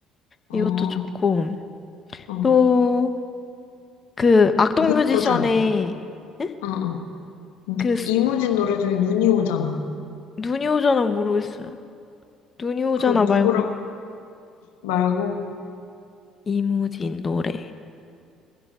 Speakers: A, on the left; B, on the left.
A: 어,
B: 이것도 좋고
A: 어.
B: 또 그 악동
A: 눈
B: 뮤지션의
A: 오잖아.
B: 에?
A: 어, 어. 누-
B: 그 스-
A: 이무진 노래 중에 눈이 오잖아.
B: 눈이 오잖아 모르겠어요. 눈이 오잖아
A: 그거
B: 말고
A: 누구라고 말고
B: 이무진 노래.